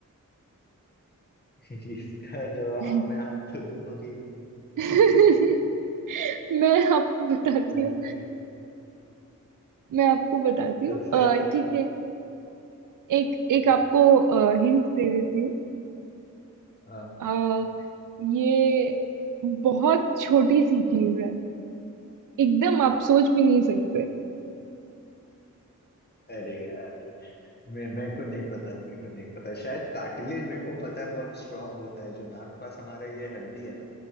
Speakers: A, on the left (about 30°); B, on the right (about 75°).
A: <laughs> इसका जवाब
B: में
A: मैं आपको दूं अभी <laughs>
B: <laughs> मैं आपको बताती
A: सबसे
B: हूँ मैं आपको बताती हूँ
A: सबसे
B: अ,
A: हार्ड
B: ठीक है एक
A: हाँ
B: एक आपको हिंट दे देती हूँ
A: हाँ,
B: अ, ये बहुत छोटी सी चीज है एकदम आप सोच भी नहीं सकते
A: अरे यार मैं मेरे को नहीं पता मेरे को नहीं पता शायद कार्टिलेज मेरे को पता है बहुत स्ट्रांग होता है जो नाक पास हमारा ये हड्डी है ना